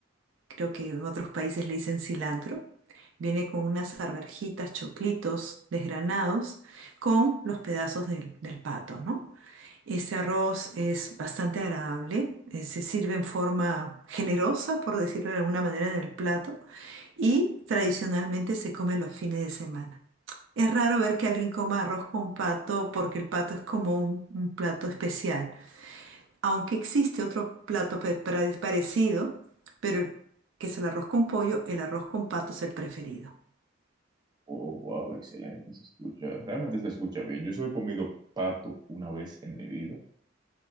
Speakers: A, on the right (about 75°); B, on the right (about 20°).
A: Creo que en otros países le dicen cilantro. Viene con unas arvejitas, choclitos desgranados, con los pedazos del, del pato, ¿no? Este arroz es bastante agradable, eh, se sirve en forma generosa, por decirlo de alguna manera, en el plato y tradicionalmente se come los fines de semana. Es raro ver que alguien coma arroz con pato porque el pato es como un, un plato especial, aunque existe otro plato pe- pra- parecido, pero el- que es el arroz con pollo, el arroz con pato es el preferido.
B: Oh, wow, excelente, se escucha, realmente se escucha bien. Yo solo he comido pato una vez en mi vida.